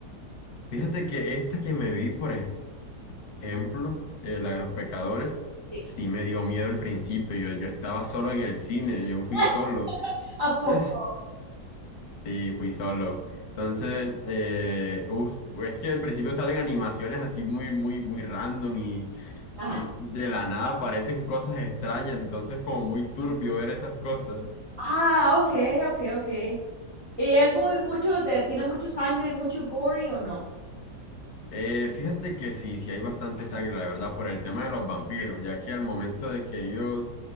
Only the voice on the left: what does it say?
fíjate que esta que me vi, por ejemplo, ejemplo, eh, la de los pecadores,
sí me dio miedo al principio. Yo, yo estaba solo en el cine, yo fui
solo.
<laughs> Sí, fui solo. Entonces, eh, uf, es que al principio salen animaciones así muy, muy, muy random y,
y de la nada aparecen cosas extrañas. Entonces, como muy turbio ver esas cosas.
Eh, fíjate que sí, sí hay bastante sangre, la verdad, por el tema de los vampiros, ya que al momento de que ellos